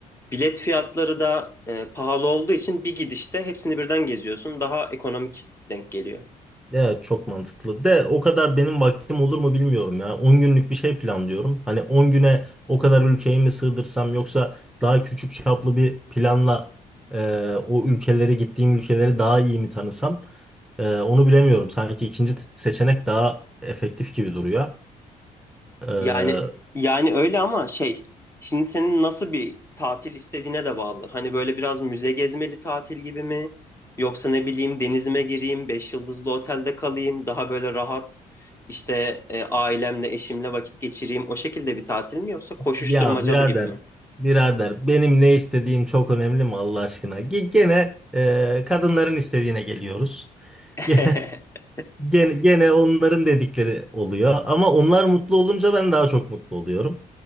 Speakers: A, on the left; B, in the centre.
A: Bilet fiyatları da e, pahalı olduğu için bir gidişte hepsini birden geziyorsun. Daha ekonomik denk geliyor.
B: evet çok mantıklı. De o kadar benim vaktim olur mu bilmiyorum ya. 10 günlük bir şey planlıyorum. Hani 10 güne o kadar ülkeyi mi sığdırsam yoksa daha küçük çaplı bir planla e, o ülkeleri gittiğim ülkeleri daha iyi mi tanısam? Ee, onu bilemiyorum. Sanki ikinci t- seçenek daha efektif gibi duruyor. Ee,
A: Yani yani öyle ama şey, şimdi senin nasıl bir tatil istediğine de bağlı. Hani böyle biraz müze gezmeli tatil gibi mi? Yoksa ne bileyim denizime gireyim, beş yıldızlı otelde kalayım, daha böyle rahat işte e, ailemle, eşimle vakit geçireyim. O şekilde bir tatil mi yoksa koşuşturmacalı
B: Ya birader,
A: gibi mi?
B: birader benim ne istediğim çok önemli mi Allah aşkına? Ge- Gene e, kadınların istediğine geliyoruz.
A: <laughs>
B: <laughs> Gene, gene onların dedikleri oluyor ama onlar mutlu olunca ben daha çok mutlu oluyorum.